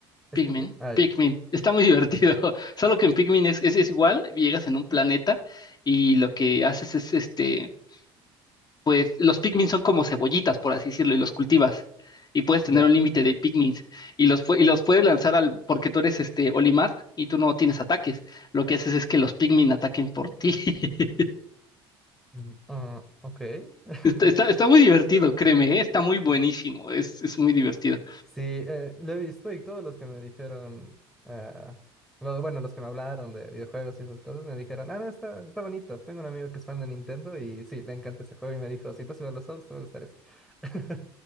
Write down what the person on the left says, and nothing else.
Pikmin,
Pikmin.
Está muy divertido. <laughs> Solo que en Pikmin es, es, es igual, llegas en un
planeta y lo que haces es este pues los Pikmin son como cebollitas, por así decirlo, y los cultivas. Y puedes tener
un límite de Pikmins. Y los, pue- y los puedes lanzar al, porque tú eres este Olimar y tú no tienes ataques. Lo que haces es que los Pikmin ataquen por ti. <laughs>
Está, está- está muy divertido, créeme, ¿eh? Está muy buenísimo. Es, es muy divertido.